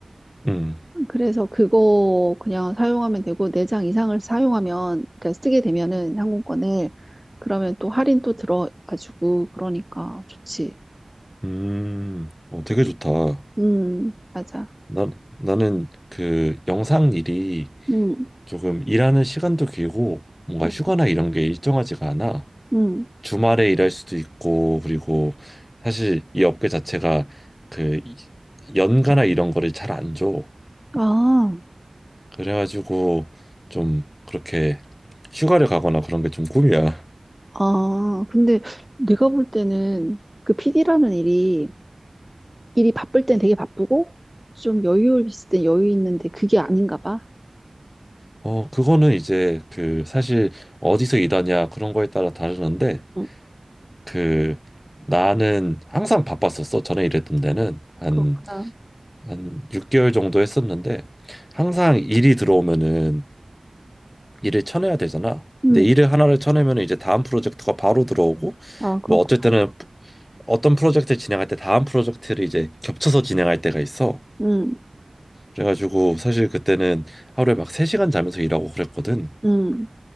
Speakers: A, on the left; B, in the centre.
A: 음,
B: 그래서 그거 그냥 사용하면 되고 4장 이상을 사용하면 그러니까 쓰게 되면은 항공권을 그러면 또 할인 또 들어가지고 그러니까 좋지.
A: 음, 어, 되게 좋다.
B: 음, 맞아.
A: 난, 나는 그 영상 일이
B: 음,
A: 조금 일하는 시간도 길고 뭔가
B: 음,
A: 휴가나 이런 게 일정하지가 않아.
B: 음.
A: 주말에 일할 수도 있고 그리고 사실 이 업계 자체가 그 이- 연가나 이런 거를 잘 안 줘.
B: 아,
A: 그래가지고 좀 그렇게 휴가를 가거나 그런 게 좀 꿈이야.
B: 아, 근데 내가 볼 때는 그 PD라는 일이 일이 바쁠 땐 되게 바쁘고 좀 여유 있을 땐 여유 있는데 그게 아닌가 봐.
A: 어, 그거는 이제 그 사실 어디서 일하냐 그런 거에 따라 다르는데
B: 응,
A: 그 나는 항상 바빴었어. 전에 일했던 데는 한,
B: 그렇구나.
A: 한 6개월 정도 했었는데 항상 일이 들어오면은 일을 쳐내야 되잖아.
B: 응,
A: 근데 일을 하나를 쳐내면 이제 다음 프로젝트가 바로 들어오고
B: 아, 그렇구나.
A: 뭐 어쩔 때는 어떤 프로젝트를 진행할 때 다음 프로젝트를 이제 겹쳐서 진행할 때가 있어.
B: 응,
A: 그래가지고 사실 그때는 하루에 막 3시간 자면서 일하고 그랬거든.
B: 응.